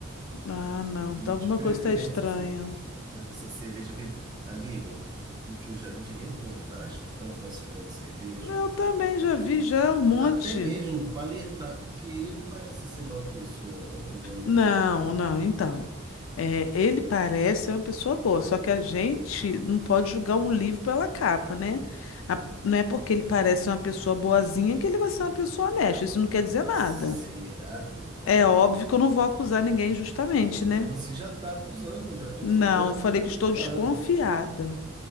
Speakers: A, on the left; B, on the right.
A: Ah, não,
B: E
A: tá- alguma
B: de preferência
A: coisa está estranha.
B: essa, essa cerveja verde. Amiga, o que eu já vi de reportagem que estão falsificando cerveja,
A: Eu também já vi já um monte.
B: até mesmo para alertar, porque ele não parece ser mal pessoa, não, o dono
A: Não,
B: daquele bar.
A: não, então. É, ele parece ser uma pessoa boa, só que a gente não pode julgar um livro pela capa, né? A- não é porque ele parece ser uma pessoa boazinha que ele vai ser uma pessoa honesta, isso não quer dizer
B: Mas
A: nada.
B: será, amiga?
A: É
B: Ah,
A: óbvio
B: Eu...
A: que eu não vou acusar ninguém injustamente,
B: Não,
A: né?
B: você já tá acusando, eu já tô
A: Não,
B: ficando
A: eu falei
B: aqui preocupado.
A: que estou desconfiada.